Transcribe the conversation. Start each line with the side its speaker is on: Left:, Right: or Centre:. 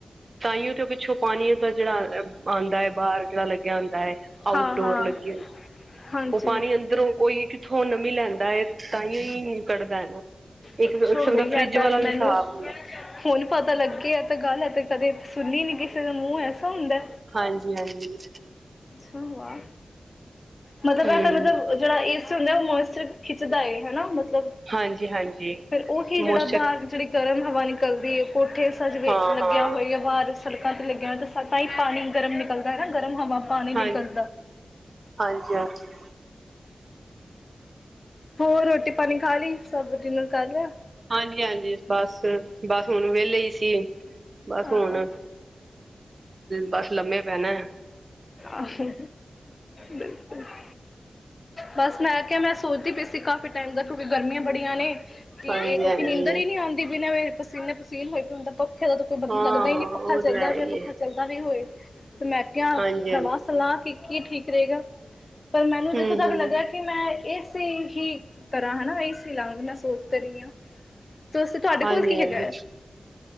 Right: ਤਾਈਓ ਤੇ ਪਿੱਛੋਂ ਪਾਣੀ ਦਾ ਜਿਹੜਾ, ਆਉਂਦਾ ਹੈ ਬਾਹਰ ਜਿਹੜਾ ਲੱਗਿਆ ਆਦਾ ਹੈ। ਆਊਟਡੋਰ
Left: ਹਾਂ ਹਾਂ
Right: ਲੱਗੀ ਰੁਂਦੀ।
Left: ਹਾਂਜੀ
Right: ਉਹ ਪਾਣੀ ਅੰਦਰੋਂ ਕੋਈ ਕਿੱਥੋਂ ਨਮੀ ਲੈਂਦਾ ਹੈ। ਤਾਂ ਹੀ ਕੱਢਦਾ ਹੈ ਨਾ।
Left: ਕੁੱਛ
Right: ਇੱਕ ਕਿਸਮ
Left: ਗਈ
Right: ਦਾ
Left: ਹੈ
Right: ਫਰਿੱਜ
Left: ਤਾਂ
Right: ਵਾਲਾ ਵੀ
Left: ਮੈਨੂੰ,
Right: ਹਿਸਾਬ ਹੁੰਦਾ
Left: ਹੁਣ ਪਤਾ ਲੱਗੇ ਆ ਤਾਂ ਗੱਲ। ਕਦੇ ਸੁਣਨੀ ਨੀ ਕਿਸੇ ਦੇ ਮੂੰਹ ਐਸਾ ਹੁੰਦਾ।
Right: ਹਾਂਜੀ -ਹਾਂਜੀ।
Left: ਸੁਣ ਵਾ। ਮਤਲਬ
Right: ਹਮ
Left: ਐ ਮਤਲਬ। ਜਿਹੜਾ ਏਸਰ ਹੁੰਦਾ ਉਹ ਮੋਇਸਚਰ ਖਿੱਚਦਾ ਏ, ਹਨਾ। ਮਤਲਬ
Right: ਹਾਂਜੀ-ਹਾਂਜੀ
Left: ਫੇਰ ਉਹੀ
Right: ਮੋਸਚਰ
Left: ਜਿਹੜਾ ਬਾਦ ਜਿਹੜੀ ਗਰਮ ਹਵਾ ਨਿਕਲਦੀ ਹੈ, ਕੋਠੇ ਸਜਵੇ
Right: ਹਾਂ-ਹਾਂ
Left: ਲੱਗਿਆ ਹੋਈ ਹੋਆ ਬਾਹਰ। ਸੜਕਾਂ ਤੇ ਲੱਗਿਆ ਹੁੰਦਾ ਤਾਂ ਹੀ ਪਾਣੀ ਗਰਮ ਨਿਕਲਦਾ ਹੈ ਨਾ ਗਰਮ ਹਵਾ ਪਾਣੀ ਨਿਕਲਦਾ
Right: ਹਾਂ ਹਾਂਜੀ-ਹਾਂਜੀ
Left: ਹੋਰ ਰੋਟੀ ਪਾਣੀ ਖਾ ਲਈ, ਸਭ ਡਿਨਰ ਕਰ ਲਿਆ?
Right: ਹਾਂਜੀ -ਹਾਂਜੀ। ਬਸ -ਬਸ ਹੁਣ ਵਿਹਲੇ ਹੀ ਸੀ।। ਬਸ
Left: ਹਾਂ
Right: ਹੁਣ ਬਸ ਲੰਮੇ ਪੈਣੇ।
Left: ਆਹੋ ਬਿਲਕੁਲ <inaudible> ਬਸ ਮੈਂ ਕਿਹਾ ਮੈਂ ਸੋਚਦੀ ਪਈ ਸੀ, ਕਾਫ਼ੀ ਟਾਈਮ ਦਾ ਕਿਉਂਕਿ ਗਰਮੀਆਂ ਬੜੀਆਂ ਨੇ ਤੇ
Right: ਹਾਂਜੀ-ਹਾਂਜੀ
Left: ਇਹ ਕਿਉਕਿ ਨੀਂਦਰ ਹੀ ਨੀ ਆਉਂਦੀ ਬਿਨਾਂ ਪਸੀਨੇ ਪਸੀਨ ਹੋਈ ਹੁੰਦਾ ਪੱਖੇ ਦਾ ਕੋਈ ਪਤਾ
Right: ਹਾਂ-ਹਾਂ
Left: ਲੱਗਦਾ ਹੀ ਨਹੀਂ। ਪੱਖਾ
Right: ਉਹ
Left: ਚੱਲਦਾ
Right: ਤੇ ਹੈ
Left: ਹੋ,
Right: ਹੀ
Left: ਪੱਖਾ
Right: ਹੈ
Left: ਚੱਲਦਾ ਵੀ ਹੋਏ ਤੇ ਮੈਂ ਕਿਹਾਿਆ
Right: ਹਾਂਜੀ-ਹਾਂਜੀ
Left: ਸਲਾਹ ਕੀਤੀ ਕੀ ਠੀਕ ਰਹੇਗਾ, ਪਰ ਮੈਨੂੰ ਜਿੱਥੋਂ
Right: ਹੂੰ-ਹੂੰ
Left: ਤੱਕ ਨਜਰ ਕਿ ਮੈਂ ਏ ਸੀ ਹੀ ਕਰਾਂ ਹਨਾ। ਏਸੀ ਲਵਾਵਾ ਮੈਂ ਸੋਚਦੇ ਰਹੀ ਹਾਂ। ਦੱਸੋ ਤੁਹਾਡੇ
Right: ਹਾਂਜੀ-ਹਾਂਜੀ
Left: ਕੋਲ ਕੀ ਹੈਗਾ?